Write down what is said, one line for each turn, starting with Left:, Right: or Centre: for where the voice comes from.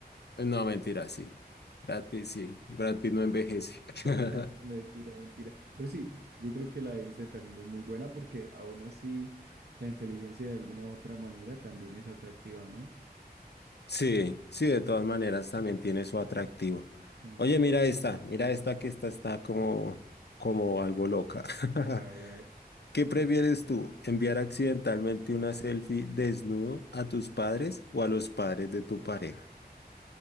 Left: eh, no, mentira, sí. Brad Pitt, sí. Brad Pitt no envejece.
Right: <laughs>
Left: <laughs>
Right: Mentira, mentira. Pero sí, yo creo que la de Einstein también es muy buena porque aún así la inteligencia de alguna u otra manera también es atractiva, ¿no?
Left: Sí, sí, de
Right: Ujú.
Left: todas maneras también tiene su atractivo.
Right: Ujú.
Left: Oye, mira esta, mira esta que esta está como, como algo loca. <laughs>
Right: A ver, a ver.
Left: ¿Qué prefieres tú, enviar accidentalmente una selfie desnudo a tus padres o a los padres de tu pareja?